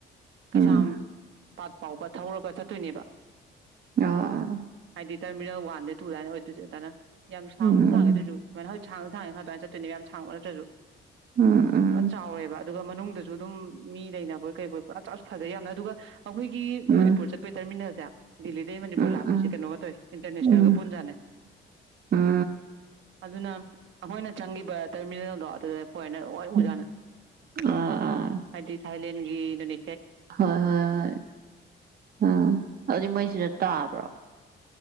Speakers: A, on the right (about 70°); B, on the right (about 50°).
A: ꯀꯩꯁꯥꯝ
B: ꯎꯝ
A: ꯄꯥꯠ ꯐꯥꯎꯕ ꯊꯧꯔꯒ ꯆꯠꯇꯣꯏꯅꯦꯕ
B: ꯑꯥ ꯑꯥ
A: ꯗꯤꯇꯔꯃꯤꯅꯦꯜ ꯋꯥꯟꯗꯩ ꯇꯨ ꯑꯗꯨꯥꯏꯅ ꯑꯣꯏꯗꯣꯏꯁꯨ ꯑꯗꯨꯅ ꯌꯥꯝ ꯁꯥꯡꯕꯨꯗꯤ
B: ꯎꯝ
A: ꯁꯥꯡꯉꯦ ꯑꯗꯨꯁꯨ ꯑꯗꯨꯃꯥꯏꯅ ꯍꯧ ꯁꯥꯡꯉ ꯁꯥꯡꯉ ꯁꯥꯡ ꯑꯗꯨꯃꯥꯏꯅ ꯆꯠꯇꯣꯏꯅꯦ ꯌꯥꯝꯥꯡꯕ ꯅꯠꯇ꯭ꯔꯁꯨ
B: ꯎꯝ ꯎꯝ
A: ꯄꯨꯔꯥ ꯆꯥꯎꯋꯦꯕ ꯑꯗꯨꯒ ꯃꯅꯨꯡꯗꯁꯨ ꯑꯗꯨꯝ ꯃꯤ ꯂꯩꯅꯕꯣꯏ ꯀꯩꯕꯣꯏ ꯄꯨꯥ ꯆ ꯐꯖꯩ ꯌꯥꯝꯅ ꯑꯗꯨꯒ ꯑꯩꯈꯣꯏꯒꯤ
B: ꯎꯝ ꯎꯝ
A: ꯃꯅꯤꯄꯨꯔ ꯆꯠꯄꯩ ꯇꯔꯃꯤꯅꯦꯜꯁꯦ ꯦꯜꯂꯤꯗꯩ ꯃꯅꯤꯄꯨꯔ
B: ꯎꯝ
A: ꯂꯥꯛꯄꯁꯦ ꯀꯩꯅꯣꯒ ꯇꯧꯋꯤ ꯏꯟꯇꯔꯅꯦꯁꯅꯦꯜꯒ
B: ꯎꯝ
A: ꯄꯨꯟꯖꯥꯅꯦ
B: ꯎꯝ
A: ꯑꯗꯨꯅ ꯑꯩꯈꯣꯏꯅ ꯆꯪꯒꯤꯕ ꯇꯔꯃꯤꯅꯦꯜꯗꯣ ꯑꯗꯨꯗ ꯍꯣꯔꯦꯅ ꯍ
B: ꯎꯝ
A: ꯎꯖꯥꯅ
B: ꯑꯥ ꯑꯥ
A: ꯍꯥꯏꯗꯤ ꯍꯥꯏꯂꯦꯟꯅꯤ
B: ꯍꯣꯏ ꯍꯣꯏ ꯍꯣꯏ ꯎꯝ ꯑꯗꯨꯗꯤ ꯃꯣꯏꯁꯤꯗ ꯇꯥꯕ꯭ꯔꯣ